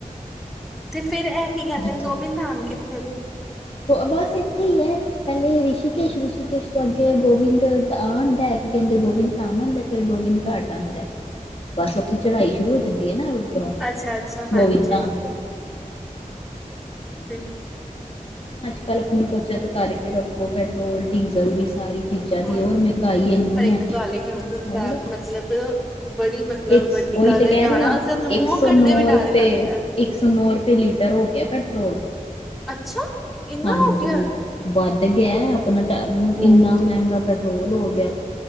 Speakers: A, in the centre; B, on the left.
A: ਤੇ ਫੇਰ ਇਹ ਕੀ ਕਹਿੰਦੇ
B: ਜਿੱਥੋਂ
A: ਗੋਭੀਦ ਧਾਮ ਕਿੱਥੇ ਜੇ
B: ਬਸ ਇੱਥੇ ਹੀ ਹੈ ਪਹਿਲੇ ਰਿਸ਼ ਕੇਸ਼ ਰਿਸ਼ੀਕੇਸ਼ ਤੋਂ ਅੱਗੇ ਗੋ ਗੋਬਿੰਦ ਆ ਆਂਦਾ ਕਿ ਕਹਿੰਦੇ ਗੋਬਿੰਦ ਧਾਮ ਆਂਦਾ ਫਿਰ ਗੋਬਿੰਦ ਘਾਟ ਆਂਦਾ ਬਸ ਓਥੋਂ ਚੜ੍ਹਾਈ ਸ਼ੁਰੂ ਹੋ ਜਾਂਦੀ ਹੈ ਨਾ ਉੱਪਰੋਂ
A: ਅੱਛਾ ਅੱਛਾ ਹਾਂਜੀ
B: ਗੋਵਿੰਦ ਧਾਮ ਤੋਂ
A: ਹੂੰ
B: ਅੱਜ, ਕੱਲ ਆਪਣੀ ਬੱਚਤ ਕਰਕੇ ਰੱਖੋ ਪੈਟਰੋਲ ਡੀਜ਼ਲ ਦੀ ਸਾਰੀ। ਚੀਜ਼ਾਂ ਦੀ
A: ਹਾਂ
B: ਹੋਰ ਮਹਿੰਗਾਈ ਇੰਨੀ
A: ਪਰ ਇੱਕ
B: ਹੈ
A: ਗੱਲ ਏ ਹੇਮਕੁੰਟ ਸਾਹਿਬ
B: ਹੋਰ
A: ਮਤਲਬ ਬੜੀ ਮਤਲਬ
B: ਇੱਕ
A: ਵੱਡੀ
B: ਓਹੀ
A: ਗੱਲ
B: ਤੇ
A: ਹੈ
B: ਕਹਿ
A: ਜਾਣਾ
B: ਰਹੀ ਆ
A: ਅਸੀ ਮੂੰਹੋਂ
B: ਇੱਕ ਸੌ
A: ਕੱਢਦੇ
B: ਨੋ
A: ਵੀ ਡਰ
B: ਰੁਪਏ
A: ਲੱਗਦਾ
B: ਇੱਕ ਸੌ ਨੌ ਰੁਪਏ ਲੀਟਰ ਹੋ ਗਿਆ ਪੈਟਰੋਲ।
A: ਅੱਛਾ। ਇੰਨਾ
B: ਹਾਂਜੀ।
A: ਹੋ ਗਿਆ
B: ਵੱਧ ਗਿਆ ਆਪਣਾ
A: ਓਹੋ
B: ਇੰਨਾ ਮਹਿੰਗਾ ਪੈਟਰੋਲ ਹੋ ਗਿਆ।